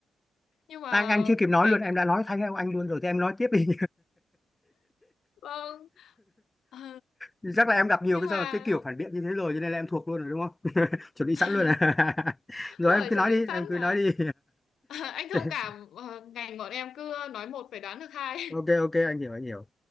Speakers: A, on the left; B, on the left.
A: nhưng mà
B: anh anh chưa kịp nói
A: kể
B: luôn em
A: cả
B: đã nói thay theo anh luôn rồi thì em nói tiếp đi
A: vâng Ờ,
B: <laughs> chắc là em gặp nhiều
A: nhưng
B: cái
A: mà
B: sao cái kiểu phản biện như thế rồi cho nên là em thuộc luôn rồi đúng không <laughs> chuẩn bị
A: <laughs>
B: sẵn luôn à <laughs> rồi
A: không
B: em
A: phải
B: cứ
A: chuẩn
B: nói
A: bị
B: đi
A: sẵn
B: em cứ
A: mà
B: nói đi
A: <laughs> anh thông
B: <laughs>
A: cảm ờ, ngành bọn em cứ nói một phải đoán được hai
B: ok ok anh hiểu anh hiểu